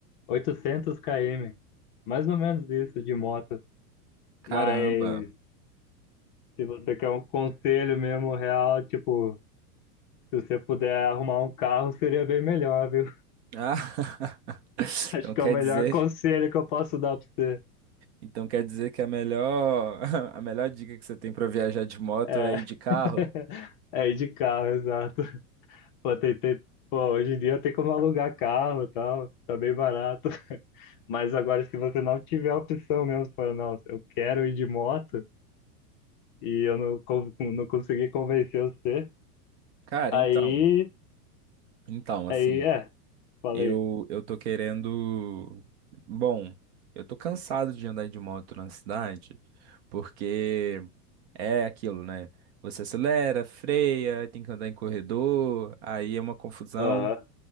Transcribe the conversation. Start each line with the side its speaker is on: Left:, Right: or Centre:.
Left: oitocentos km, mais ou menos isso de moto.
Right: Caramba.
Left: Mas se você quer um conselho mesmo real, tipo, se você puder arrumar um carro, seria bem melhor, viu?
Right: Ah, <laughs>
Left: <laughs> Acho
Right: então
Left: que
Right: quer
Left: é o melhor
Right: dizer,
Left: conselho que eu posso dar pra você.
Right: então quer dizer que a melhor, <laughs> a melhor dica que você tem para viajar de moto
Left: É,
Right: é ir de carro?
Left: <laughs> é ir de carro, exato. Pô, tem, tem- pô, hoje em dia tem como alugar carro e tal, tá bem barato. <laughs> Mas agora, se você não tiver a opção mesmo, você fala, não, eu quero ir de moto e eu não, con- não consegui convencer você,
Right: Cara,
Left: aí,
Right: então, então assim.
Left: aí, é, falei,
Right: Eu, eu tô querendo. Bom, eu tô cansado de andar de moto na cidade, porque é aquilo, né? Você acelera, freia, tem que andar em corredor, aí é uma confusão.
Left: aham,